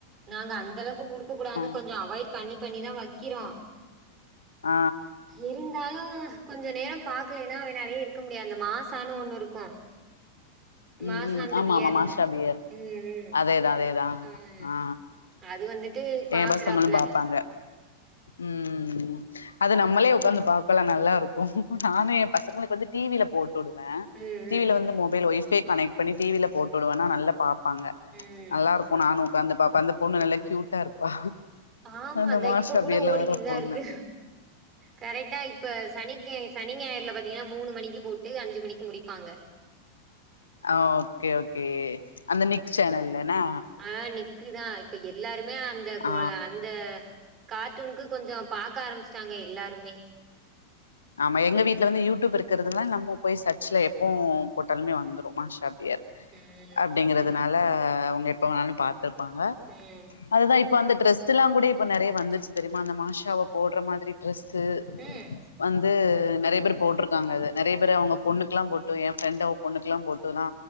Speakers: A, on the right (about 25°); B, on the left (about 70°).
A: நாங்க அந்த அளவுக்கு குடுக்க கூடாதுனு
B: ஆ
A: கொஞ்ச அவாய்ட் பண்ணி பண்ணிதா வைக்கிறோ
B: ஆ
A: இருந்தாலு கொஞ்ச நேரோ பாக்கலேனா அவனாலயே இருக்க முடியாது அந்த மாசானு ஒண்ணு இருக்கு
B: ம்
A: மாசாந்த
B: ம் ஆமா
A: பியர்னு
B: ஆமா மாஷாபியர்
A: ம் ம்
B: அதேதா அதேதா
A: ம்
B: ஆ
A: அது வந்துட்டு பாக்குறாப்ல
B: ஏம் பசங்களு பாப் பாங்க ம் அது நம்மளே உக்காந்து பா க்கலா நல்லா இருக்கு நானு ஏ பசங்களுக்கு வந்து டி வி ல போட்டு விடுவே
A: ம்
B: டி
A: ம்
B: வி ல வந்து மொபைல் ஒய்ஃபை கனெக்ட் பண்ணி டி வி ல போட்டு விடுவேனா நல்ல பாப்பாங்க
A: ம்
B: நல்லா இருக்கு நானும் உக்காந்து பாப்ப அந்த பொண்ணு நல்லா கியூட்டா இருப்பா
A: ஆமா
B: அந்த
A: இந்தா
B: மாஷா
A: இப்ப கூட
B: பியர்ல
A: ஓடிக்கிட்டுதா
B: வர்ற பொண்ணு
A: இருக்கு கரெக்டா இப்ப சனிக்கு சனிஞாயர்ல பாத்தீங்கன்னா மூணு மணிக்கு போட்டு அஞ்சு மணிக்கு முடிப்பாங்க
B: அ ஓகே ஓகே அந்த நிக் சேனல்ல ன
A: அ நிக்குதா இப்ப எல்லாருமே அந்த கோல
B: ஆ
A: அந்த கார்ட்டூனுகு கொஞ்ச பாக்க ஆரம்பிச்டாங்க எல்லாருமே
B: ஆமா எங்க வீட்ல வந்து யூடியூப் இருக்கறதுனால நம்ம போயி சர்ச்ல எப்போவு போட்டாலுமே வந்துடு மாஷா பியர்
A: ம்
B: அப்டிங்கறதுனால அவுங்க எப்பவேனாலு பாத்துருப்பாங்க
A: ம்
B: அதுதா இப் இப்ப அந்த ட்ரெஸ் எல்லா கூட இப்ப நெறைய வந்துருச்சு தெரியுமா அந்த மாஷாவ போடுற மாதிரி ட்ரெஸ்ஸு
A: ம்
B: வந்து நெறையா பேர் போட்டுருக்காங்க அது நெறைய பேர் அவுங்க பொண்ணுக்குல்லா போட்டு ஏ ஃப்ரெண்டு அவுங் பொண்ணுக்குலா போட்டு தா